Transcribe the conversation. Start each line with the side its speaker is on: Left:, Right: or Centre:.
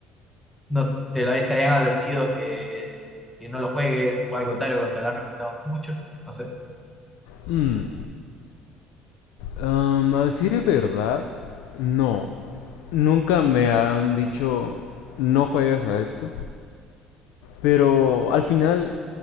Centre: no te, la- te hayan advertido que, que no lo juegues, o al contrario, que te lo han recomendado mucho, no sé.
Left: Mm. Am, a decir de verdad, no. Nunca me han dicho no juegas a esto. Pero al final,